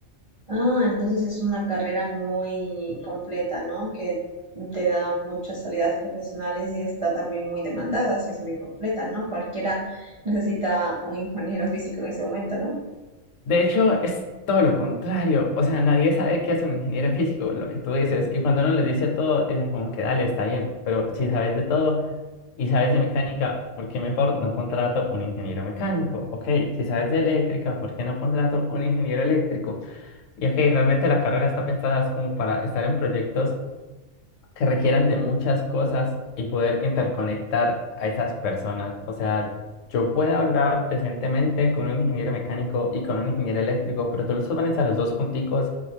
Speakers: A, on the right; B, on the left.
A: Ah, entonces es una carrera muy completa, ¿no? Que te da muchas salidas profesionales y está también muy demandada, si es muy completa, ¿no? Cualquiera necesita un ingeniero físico en este momento, ¿no?
B: De hecho, es todo lo contrario. O sea, nadie sabe qué hace un ingeniero en físico, lo que tú dices. Y cuando uno les dice todo, dicen como que dale, está bien. Pero si sabes de todo y sabes de mecánica, ¿por qué mejor no contrato un ingeniero mecánico? Ok, si sabes de eléctrica, ¿por qué no contrato un ingeniero eléctrico? Y ok, realmente la carrera está pensada es como para estar en proyectos que requieran de muchas cosas y poder interconectar a esas personas. O sea, yo puedo hablar decentemente con un ingeniero mecánico y con un ingeniero eléctrico, pero tú los pones a los dos junticos